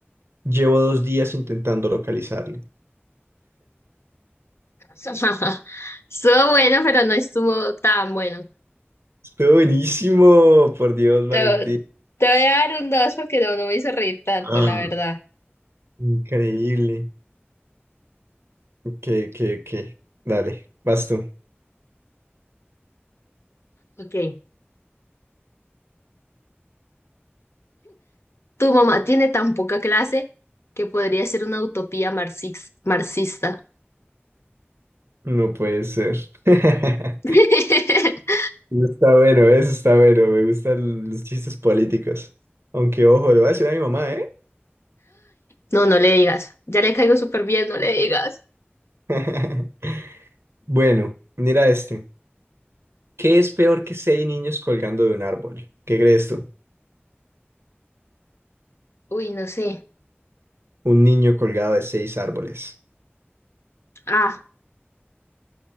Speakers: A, on the right (about 75°); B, on the left (about 80°).
A: Llevo dos días intentando localizarle.
B: <laughs> Estuvo bueno, pero no estuvo tan bueno.
A: Estuvo buenísimo, por Dios, Valentín.
B: Te, te voy a dar un dos porque no, no me hizo reír tanto,
A: Ah,
B: la verdad.
A: Increíble. que, que, que. Dale, vas tú.
B: Ok. Tu mamá tiene tan poca clase que podría ser una utopía marxis- marxista.
A: No puede ser. <laughs>
B: <laughs>
A: Eso Está bueno, eso está bueno. Me gustan los chistes políticos. Aunque, ojo, le voy a decir a mi mamá, ¿eh?
B: No, no le digas. Ya le caigo súper bien, no le digas.
A: <laughs> Bueno, mira este. ¿Qué es peor que seis niños colgando de un árbol? ¿Qué crees tú?
B: Uy, no sé.
A: Un niño colgado de seis árboles.
B: Ah,